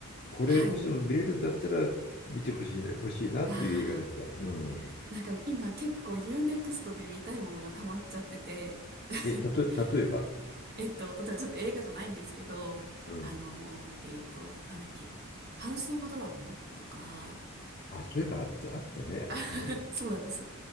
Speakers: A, on the left; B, on the right.
A: これもしも見れるんだったら見てほしいな、
B: はい。
A: 欲しいなっていう映画だった。
B: あ
A: うん。
B: あ、なんか今結構 u ネクストで見たいものが溜まっちゃってて、
A: え、たと、
B: <laughs>
A: 例えば、
B: えっと、例えばちょっと映画じゃないんですけど、
A: うん。
B: あの、えっと、なんだっけ、ハウス・オブ・ドラゴンとか、
A: あ、そういえばあった、あったね。
B: <laughs>
A: うん。
B: そうなんです。